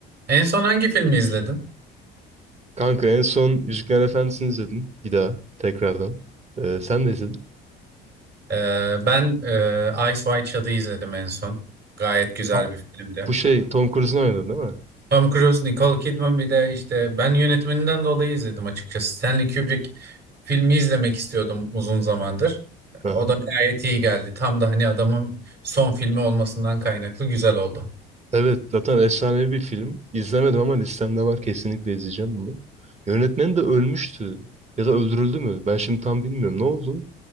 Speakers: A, on the right; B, on the right.
A: En son hangi filmi izledim?
B: Kanka en son yüzükler Efendisi'ni izledim. Bir daha tekrardan. Ee, sen de izledin.
A: Ee, ben e, Ice White Shot'ı izledim en son. Gayet güzel
B: Ha,
A: bir filmdi.
B: Bu şey Tom Cruise'un oynadı değil mi?
A: Tom Cruise, Nicole Kidman bir de işte ben yönetmeninden dolayı izledim açıkçası. Stanley Kubrick filmi izlemek istiyordum uzun zamandır.
B: Aha.
A: O da gayet iyi geldi. Tam da hani adamın son filmi olmasından kaynaklı güzel oldu.
B: Evet zaten efsanevi bir film. İzlemedim ama listemde var kesinlikle izleyeceğim bunu. Yönetmen de ölmüştü. Ya da öldürüldü mü? Ben şimdi tam bilmiyorum. Ne oldu?